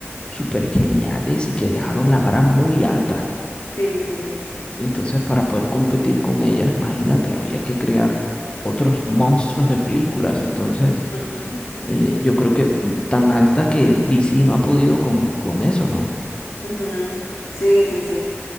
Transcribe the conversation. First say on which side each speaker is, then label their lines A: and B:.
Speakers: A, on the left (about 20°); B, on the left (about 75°).
A: súper geniales y que
B: Ok.
A: dejaron la vara muy alta.
B: Sí, sí, sí.
A: Entonces, para poder competir con ellas, imagínate, había que crear otros monstruos de películas. Entonces,
B: <laughs>
A: eh, yo creo que mm, tan alta que DC no ha podido con, con eso, ¿no?
B: Ujú. Sí, sí, sí.